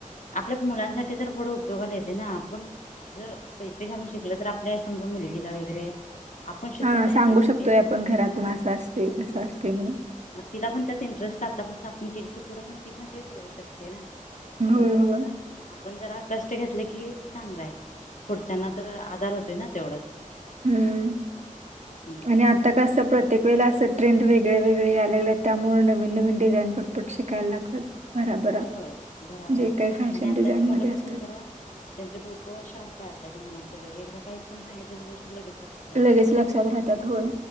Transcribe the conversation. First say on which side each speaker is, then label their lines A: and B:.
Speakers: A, on the left (about 65°); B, on the right (about 55°).
A: आपल्या मुलांसाठी तर पुढं उपयोगाला येत. ते ना आपण जर पैसे घालून शिकल तर आपल्या समजा मुलगीला वगैरे आपण शिकवता
B: हा
A: येते
B: सांगू
A: ना
B: शकतोय
A: ते
B: आपण घरातून
A: हा
B: असं असते तस
A: बस
B: असते म्हणून.
A: मग तिला पण त्यात इंटरेस्ट आतापासून केल की पुढं पण ती पण तेच करू शकते ना त्यामुळ
B: होय, होय.
A: कस आपण जरा कष्ट घेतले की चांगलाय पुढच्याना तर आधार होतोय ना तेवढंच.
B: हम्म
A: हम्म
B: आणि आता कस प्रत्येक वेळेला असं ट्रेंड वैगेरे वेगळेवेगळे या लागलेत त्यामुळे नवीन नवीन डिझाईन पटपट शिकायला लागतात. भराभरा
A: होय होय भराभर
B: जे
A: आणि
B: काही फॅशन
A: आत्ताची
B: डिझाईन
A: मुलं
B: मध्ये
A: कस
B: असेल
A: जरा त्यांचं डोकं शार्प आहे, आत्ताच्या मुलांच लगेच एकदा काहीत पण सांगितलेली गोष्ट- लगेच लक्षात
B: ते
A: राहते
B: लगेच लक्षात राहतात होय